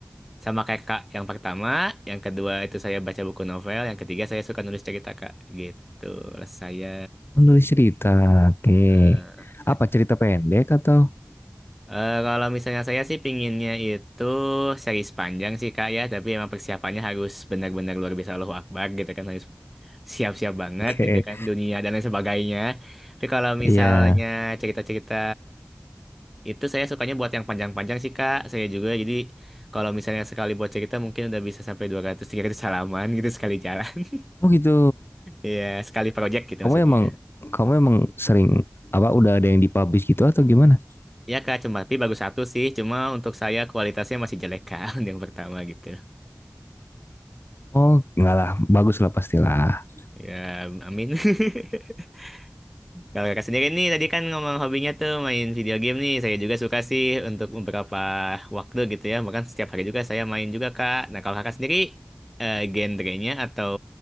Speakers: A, in the centre; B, on the left.
A: sama kayak kak. Yang pertama, yang kedua itu saya baca buku novel, yang ketiga saya suka nulis cerita kak. Gitu, lah saya.
B: Menulis cerita, oke. Okay.
A: Eh,
B: Apa cerita pendek atau?
A: Eh, kalau misalnya saya sih pinginnya itu seri panjang sih kak ya, tapi emang persiapannya harus benar-benar luar biasa Allahu Akbar gitu kan, harus siap-siap banget
B: <laughs> Oke,
A: gitu
B: okay.
A: kan, dunia dan lain sebagainya. Tapi kalau misalnya
B: iya.
A: cerita-cerita itu saya sukanya buat yang panjang-panjang sih kak, saya juga jadi kalau misalnya sekali buat cerita mungkin udah bisa sampai dua ratus tiga ratus halaman gitu sekali jalan. <laughs>
B: Yeah. Oh gitu.
A: Iya, sekali project gitu
B: Kamu
A: maksudnya.
B: emang kamu emang sering apa udah ada yang dipublish gitu atau gimana?
A: Ya kak, cuma tapi bagus satu sih, cuma untuk saya kualitasnya masih jelek kak, <laughs> yang pertama gitu.
B: Oh, enggak lah, bagus lah pastilah.
A: Ya, amin. <laughs> Kalau kakak sendiri nih, tadi kan ngomong hobinya tuh main video game nih. Saya juga suka sih untuk beberapa waktu gitu ya. Bahkan setiap hari juga saya main juga, Kak. Nah, kalau kakak sendiri, eh, genrenya atau